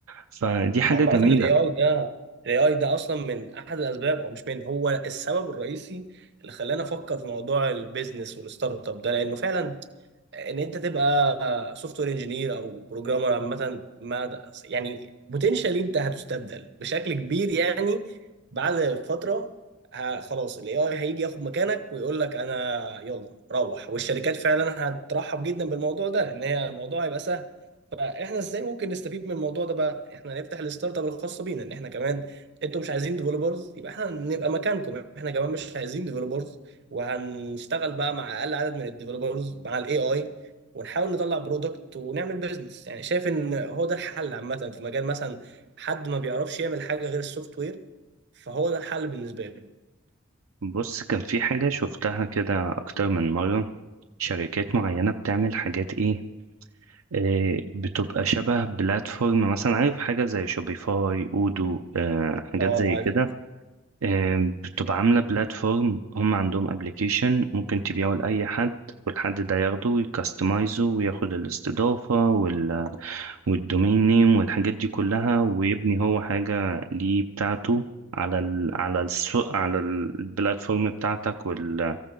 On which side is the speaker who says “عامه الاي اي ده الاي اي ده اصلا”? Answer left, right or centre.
Right